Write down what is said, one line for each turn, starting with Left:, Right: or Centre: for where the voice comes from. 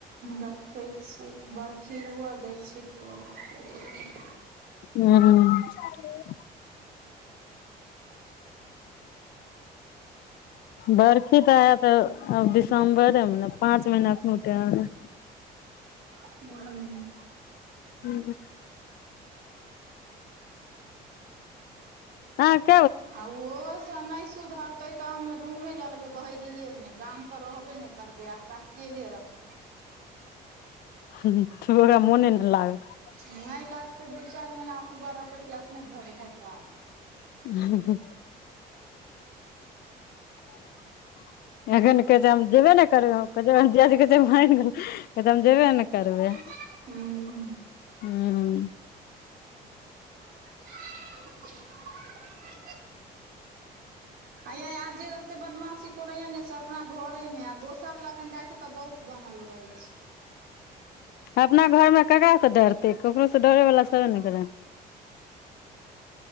Right: दखै छीयै बरखी हुअ दै छीयै <unintelligible>
Left: हूं-हूं हेलो बरखी तऽ हेयत आ आब दिसम्बरेमे ने। पाँच महिना एखनो टाइम है
Right: हूं-हूं
Left: हूं। अहांक
Right: आ उहो से नै सुधर तै तऽ हम रूमे लऽ लेबै बहेरिये मे। गाम पर रहबे नै करबै आ आकरा अकेले रखबै।
Left: उ-हु थोरा मोने नै लागत
Right: नहि लगतै। दू चारि महिना असगर रहतै कि अपने भकभका जेतै।
Left: हूं -हूं-हूं <inaudible> एखन कहै दे हम जेबे नै करबै। <unintelligible> जीजाजी कहै छै <unintelligible> जेबे नै करबै।
Right: <inaudible>
Left: हूं
Right: <inaudible> हैया आ जे ओते बदमाशी कोरैया ने से अपना घरे मे। आ दोसर लगन जाइ के तऽ बउक बनल रहै छै।
Left: अपना घरमे ककरासँ डरतै। ककरोसँ डरै वला छबे ने करै।